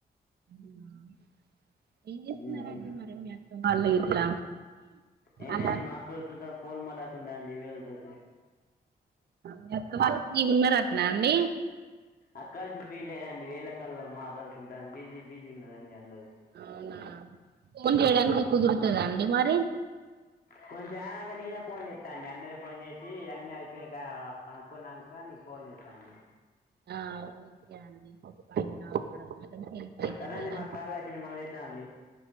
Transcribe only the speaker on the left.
ఉమ్
ఏంటి
అండి మాకు ఫోన్ మాకుండా అండి వళ
అక్కల్ సుఫీలే రన్నిడు వేల కలా మాట్లాడుకుంటాం బిజీ బిజీ ఉన్నదండి అన్న
కొంచెంక నేనే ఫోన్ చేస్తాండి అన్నరి ఫోన్ చేసి అన్న అయిపోయి కనుక్కున్నాక నీకు ఫోన్ చేస్తాండి
సరే
అండి మన కాల్ అయిపోయింది మనం చేద్దామండి